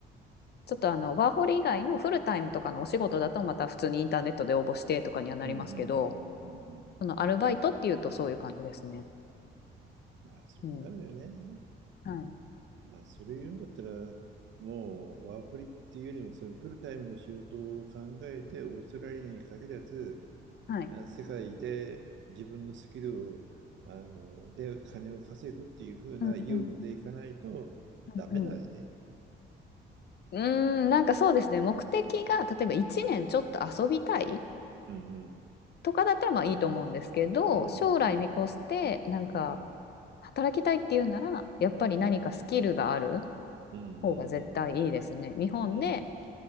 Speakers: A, on the left; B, on the right.
A: ちょっとあのワーホリ以外のフルタイムとかのお仕事だとまた普通にインターネットで応募してとかにはなりますけど、
B: うんうんうんうんうんうん。
A: そのアルバイトっていうとそういう感じですね。
B: まあ、そうなるよね。
A: うん。はい。
B: まあ、それ言うんだったら、もうワーフリっていうよりも、そういうフルタイムの仕事を考えて、オーストラリアに限らず、
A: はい。
B: 世界で自分のスキルを、あの、で金を稼ぐっていう風な意欲でいかないとダメだよね。
A: うんうん。うんうん。うーん、なんかそうですね。目的が例えば1年ちょっと遊びたい
B: うんうん。
A: とかだったらまあいいと思うんですけど、
B: うんうん。
A: 将来見越してなんか
B: うん
A: 働きたいっていうなら、やっぱり何かスキルがある
B: うん。うんうん
A: 方が絶対いいですね。日本で
B: うんうん。